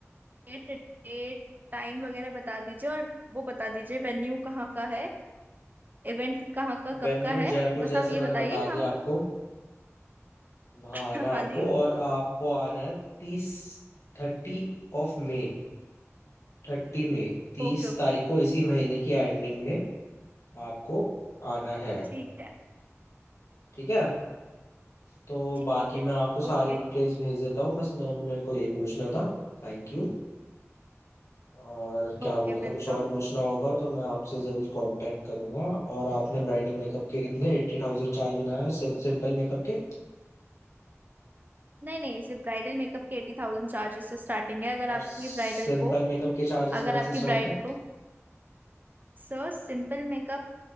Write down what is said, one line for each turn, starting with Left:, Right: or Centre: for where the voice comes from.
Right: डेट डेट टाइम वगैरह बता दीजिए और वो बता दीजिए वेन्यू कहाँ का है इवेंट कहाँ का
Left: वेन्यू
Right: कब का है
Left: जयपुर
Right: बस
Left: जैसे
Right: आप ये बताइए
Left: मैंने बता
Right: हम
Left: दिया आपको वहां
Right: <laughs>
Left: आना है
Right: हाँ
Left: आपको
Right: जी
Left: और आपको आना है तीस thirty of May thirty May तीस
Right: ओके ओके
Left: तारीख को इसी महीने की एंडिंग में आपको आना है
Right: ठीक है
Left: ठीक है तो
Right: ठीक
Left: बाकी
Right: है
Left: मैं आपको सारी
Right: Okay
Left: डिटेल्स भेज देता हूँ बस मेरे मेरे को यही पूछना था Thank you और क्या
Right: okay
Left: बोलता
Right: welcome
Left: कुछ और पूछना होगा तो मैं आपसे ज़रूर कांटेक्ट करूंगा और आपने ब्राइडल मेकअप के कितने एट्टी थाउजेंड चार्ज बनाया और सिंपल मेकअप के
Right: नहीं नहीं सिर्फ ब्राइडल मेकअप के एटी थाउजेंड चार्जेस से स्टार्टिंग है अगर
Left: और
Right: आपकी
Left: सिंपल
Right: ब्राइडल को
Left: मेकअप के चार्जेस
Right: अगर
Left: कहाँ
Right: आपकी
Left: से स्टार्ट
Right: ब्राइड
Left: है
Right: को सो सिंपल मेकअप